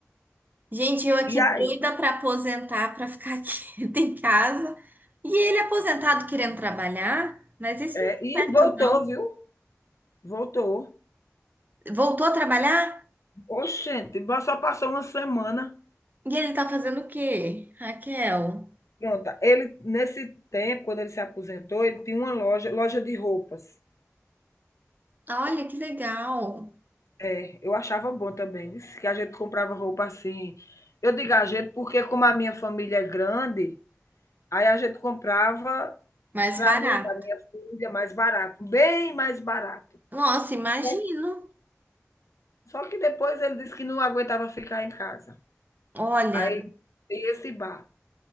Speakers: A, on the right (about 35°); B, on the left (about 75°).
A: Gente, eu aqui
B: E
A: doida
B: aí?
A: pra aposentar, pra ficar aqui <laughs> em casa. E ele aposentado querendo trabalhar, mas isso
B: É,
A: não
B: e
A: é certo,
B: voltou,
A: não.
B: viu? Voltou.
A: Voltou a trabalhar?
B: Oxente, só passou uma semana.
A: E ele tá fazendo o quê, Raquel?
B: Pronto, ele nesse tempo, quando ele se aposentou, ele tinha uma loja, loja de roupas.
A: Olha que legal.
B: É, eu achava bom também, disse que a gente comprava roupa assim. Eu digo a gente porque como a minha família é grande, aí a gente comprava
A: Mais
B: para
A: barato.
B: mim, para minha filha, mais barato, bem mais barato.
A: Nossa, imagino.
B: Só, só que depois ele disse que não aguentava ficar em casa.
A: Olha,
B: Aí tem esse bar.